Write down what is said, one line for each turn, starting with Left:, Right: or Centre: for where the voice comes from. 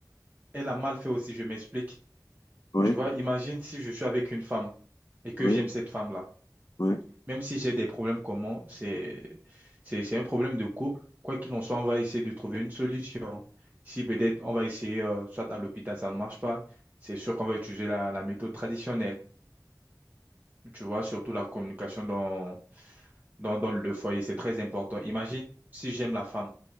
Right: elle a mal fait aussi, je m'explique.
Left: Oui,
Right: Tu vois, imagine si je suis avec une femme et que
Left: oui.
Right: j'aime cette femme-là.
Left: Ouais,
Right: Même si j'ai des problèmes communs, c'est, c'est, c'est un problème de couple. Quoi qu'il en soit, on va essayer de trouver une solution. Si peut-être on va essayer, euh, soit à l'hôpital, ça ne marche pas, c'est sûr qu'on va utiliser la, la méthode traditionnelle. Tu vois, surtout la communication dans, dans, dans le foyer, c'est très important. Imagine si j'aime la femme,